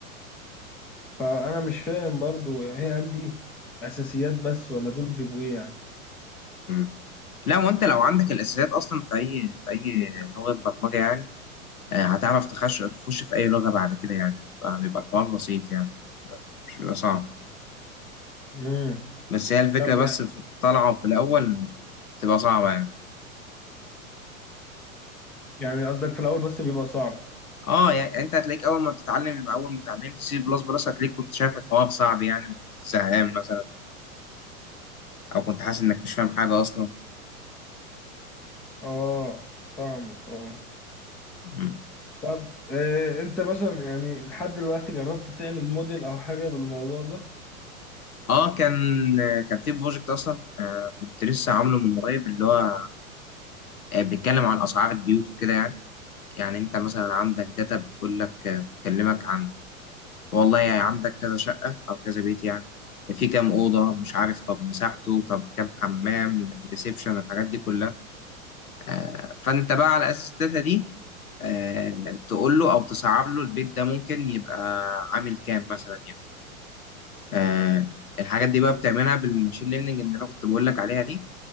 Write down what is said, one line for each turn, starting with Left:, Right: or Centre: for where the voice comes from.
Centre: فانا مش فاهم برضه هي هل دي اساسيات بس ولا دول بيبقوا ايه يعني
Left: أمم. لا وانت لو عندك الاساسيات اصلا في اي في اي لغه برمجه يعني آه، هتعرف تخش تخش في اي لغه بعد كده يعني آه، بيبقى الحوار بسيط يعني مش بيبقى صعب
Centre: امم
Left: بس هي الفكرة
Centre: طب
Left: بس
Centre: يعني
Left: في الطلعة في الأول تبقى صعبة يعني
Centre: يعني قصدك في الاول بس بيبقى صعب
Left: اه يعني انت هتلاقيك اول ما بتتعلم اول ما اتعلمت سي بلس بلس هتلاقيك كنت شايف الحوار صعب يعني زهقان مثلا او كنت حاسس انك مش فاهم حاجة اصلا
Centre: اه فاهمك اه
Left: مم.
Centre: طب آه، انت مثلا يعني لحد دلوقتي جربت تعمل موديل او حاجه بالموضوع ده
Left: اه كان كان في بروجكت اصلا آه كنت لسه عامله من قريب اللي هو آه بيتكلم عن اسعار البيوت وكده يعني يعني انت مثلا عندك داتا بتقول لك آه بتكلمك عن والله يعني عندك كذا شقة أو كذا بيت يعني في كام أوضة مش عارف طب مساحته طب كام حمام ريسبشن الحاجات دي كلها آه، فأنت بقى على أساس الداتا دي آه، تقول له أو تصعب له البيت ده ممكن يبقى عامل كام مثلا يعني آه، الحاجات دي بقى بتعملها بالماشين ليرنينج اللي أنا كنت بقول لك عليها دي